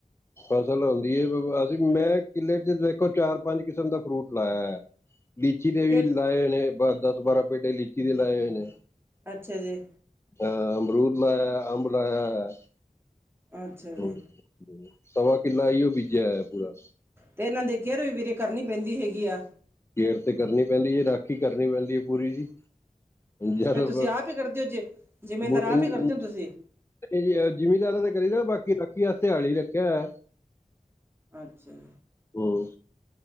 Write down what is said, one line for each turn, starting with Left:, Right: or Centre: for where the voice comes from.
Left: ਫਸਲ ਆਉਂਦੀ ਹੈ। ਅਸੀਂ ਮੈਂ ਕਿੱਲੇ ਚ ਦੇਖੋ ਚਾਰ ਪੰਜ ਕਿਸਮ ਦਾ ਫਰੂਟ ਲਾਇਆ ਹੈ। ਲੀਚੀ ਦੇ
Right: ਕਿ
Left: ਵੀ ਲਾਏ ਹੋਏ ਨੇ। ਦੱਸ, ਬਾਰਾਂ ਪੇਟੇ ਲੀਚੀ ਦੇ ਲਾਏ ਹੋਏ ਨੇ।
Right: ਅੱਛਾ ਜੀ।
Left: ਹਾਂ, ਅਮਰੂਦ ਲਾਇਆ ਅੰਬ ਲਾਇਆ ਹੈ।
Right: ਅੱਛਾ ਜੀ
Left: ਹੋ, ਤਵਾ ਕਿਲਾ ਇਹੀਔ ਬੀਜਿਆ ਹੋਇਆ ਪੂਰਾ।
Right: ਤੇ ਇਹਨਾਂ ਦੀ ਕੇਅਰ, ਵੀਰੇ ਕਰਨੀ ਪੈਂਦੀ ਹੈਗੀ ਆ।
Left: ਕੇਰ ਤੇ ਕਰਨੀ ਪੈਂਦੀ ਜੀ। ਰਾਖੀ ਕਰਨੀ ਪੈਂਦੀ ਹੈ ਪੂਰੀ ਜੀ।
Right: ਅੱਛਾ
Left: ਜਿਆਦਾ
Right: ਫਿਰ ਤੁਸੀਂ ਆਪ ਹੀ ਕਰਦੇ ਹੋ ਜੇ ਜਿਮੀਂਦਾਰ
Left: ਬੂਟੇ
Right: ਆਪ
Left: ਨੂੰ।
Right: ਹੀ ਕਰਦੇ ਹੋ ਤੁਸੀਂ
Left: ਜੀ ਜਿਮੀਦਾਰ ਤੇ ਕਰੀ ਦਾ। ਬਾਕੀ ਰਾਖੀ ਵਾਸਤੇ ਦਿਹਾੜੀ ਰੱਖਿਆ ਹੋਇਆ।
Right: ਅੱਛਾ ਜੀ।
Left: ਹੋਰ?